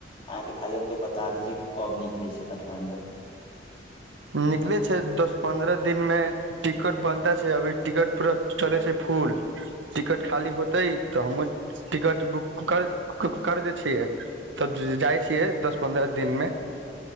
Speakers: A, on the left (about 30°); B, on the right (about 80°).
A: अहाँके खाली हमके बता दै छै कि कब निकलै छै काठमाण्डू।
B: निकले छै दस पन्द्रअ दिन मे टिकट बनता छै अभी टिकट पूरा चलै छै फूल टिकट खाली होतै तऽ हमर टिकट बुक कर क कर दै छियै तब जा जाय छियै दस पन्द्रअ दिनमे।